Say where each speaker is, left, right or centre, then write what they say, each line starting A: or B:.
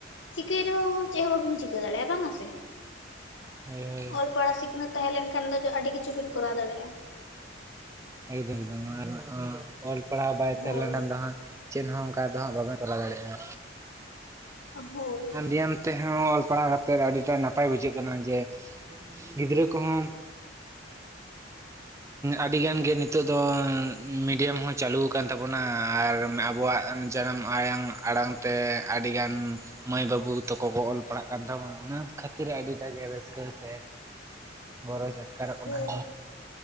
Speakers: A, on the left; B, on the right.
A: ᱪᱤᱠᱟᱹᱭ ᱨᱮᱦᱚᱸ ᱪᱮᱫ ᱦᱚᱸᱵᱤᱱ ᱪᱤᱠᱟᱹ ᱫᱟᱲᱮᱭᱟᱜᱼᱟ ᱵᱟᱝ ᱟᱥᱮ᱾
B: ᱦᱳᱭ ᱦᱳᱭ
A: ᱚᱞ ᱯᱟᱲᱦᱟᱣ ᱥᱤᱠᱷᱱᱟᱹᱛ ᱛᱟᱦᱮᱸ ᱞᱮᱱᱠᱷᱟᱱ ᱫᱚ ᱟᱹᱰᱤ ᱠᱤᱪᱷᱩ ᱵᱤᱱ ᱠᱚᱨᱟᱣ ᱫᱟᱲᱮᱭᱟᱜᱼᱟ᱾
B: ᱮᱠᱫᱚᱢ ᱮᱠᱫᱚᱢ ᱟᱨ ᱚᱞ ᱯᱟᱲᱦᱟᱣ ᱵᱟᱭ ᱛᱟᱦᱮᱸ
A: ᱦᱳᱭ
B: ᱞᱮᱱᱟ ᱫᱚ ᱦᱟᱸᱜ ᱪᱮᱫ ᱦᱚᱸ ᱚᱱᱠᱟ ᱫᱚ ᱦᱟᱸᱜ ᱵᱟᱵᱮ ᱠᱚᱨᱟᱣ ᱫᱟᱲᱮᱭᱟᱜᱼᱟ
A: ᱦᱳᱭ
B: ᱵᱮᱭᱟᱢ ᱛᱮᱦᱚᱸ ᱚᱞ ᱯᱟᱲᱦᱟᱣ ᱠᱟᱛᱮᱫ ᱟᱹᱰᱤ ᱴᱟ ᱱᱟᱯᱟᱭ ᱵᱩᱡᱷᱟᱹᱜ ᱠᱟᱱᱟ ᱡᱮ ᱜᱤᱫᱽᱨᱟᱹ ᱠᱚᱦᱚᱸ ᱟᱹᱰᱤ ᱜᱟᱱ ᱜᱮ ᱱᱤᱛᱚᱜ ᱫᱚ ᱢᱤᱰᱤᱭᱟᱢ ᱦᱚᱸ ᱪᱟᱹᱞᱩᱠᱟᱱ ᱛᱟᱵᱚᱱᱟ ᱟᱨ ᱟᱵᱚᱣᱟᱜ ᱡᱟᱱᱟᱢ ᱟᱲᱟᱝ ᱟᱲᱟᱝ ᱛᱮ ᱟᱹᱰᱤᱜᱟᱱ ᱢᱟᱹᱭ ᱵᱟᱹᱵᱩ ᱛᱟᱠᱚ ᱠᱚ ᱚᱞ ᱯᱟᱲᱦᱟᱜ ᱠᱟᱱ ᱛᱟᱵᱚᱱᱟ ᱚᱱᱟ ᱠᱷᱟᱹᱛᱤᱨ ᱟᱹᱰᱤᱴᱟᱜ ᱜᱮ ᱨᱟᱹᱥᱠᱟᱹ ᱨᱟᱹᱥᱠᱟᱹ ᱥᱮ ᱜᱚᱨᱚᱡᱽ ᱟᱴᱠᱟᱨᱚᱜ ᱠᱟᱱᱟ᱾
A: ᱦᱳᱭ